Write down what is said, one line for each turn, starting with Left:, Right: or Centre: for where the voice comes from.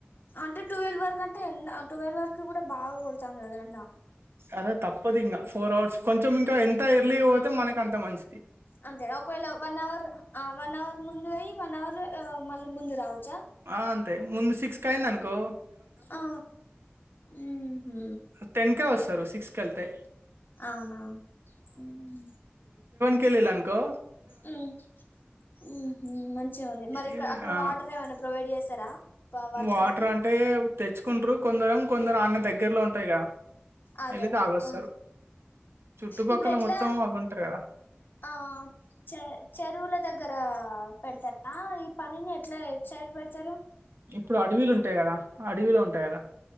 Left: అంటే టువెల్వ్ వరకు అంటే ఎ టువెల్వ్ వరకు కూడా బాగా కొడతాంది కదా ఎండ
Right: అదే తప్పదు ఇంకా ఫోర్ అవర్స్ కొంచెం ఇంకా ఎంత ఎర్లీ పోతే మనకి అంత మంచి
Left: అంతే రా ఒకవేళ వన్ అవర్ ఆ వన్ అవర్ ముందు అయి వన్ అవర్ మళ్ళీ ముందు రావచ్చా
Right: ఆ అంతే ముందు సిక్స్ కయ్యిందనుకో
Left: ఆ ఊహూ
Right: టెన్కే వస్తారు సిక్స్ కెళ్తే
Left: అవునవును మ్మ్
Right: కేలెల్లనుకో
Left: ఉమ్మ్ ఉ హుమ్ మంచిగా ఉంది మరి ఇక్కడ
Right: ఈ
Left: అక్కడ
Right: ఆ!
Left: వాటర్ ఏమైనా ప్రొవైడ్ చేస్తారా వర్కర్
Right: వాటర్
Left: కి
Right: అంటే తెచ్చుకుంట్రారు కొందరేమో కొందరు ఆడ్నే దగ్గరలో ఉంటాయిగా
Left: అదే
Right: ఎళ్లి
Left: అదే
Right: తాగొస్తారు.
Left: ఆ
Right: చుట్టుపక్కల
Left: ఇప్పుడు మ్మ్ ఎట్లా
Right: మొత్తం అవ్వుంటారు గదా!
Left: ఆ చె చెరువుల దగ్గర పెడతారా ఈ పనిని ఎట్లా ఎటు సైడ్ పెడతారు
Right: ఇప్పుడు అడవిలు ఉంటాయి కదా అడవిలు ఉంటాయి కదా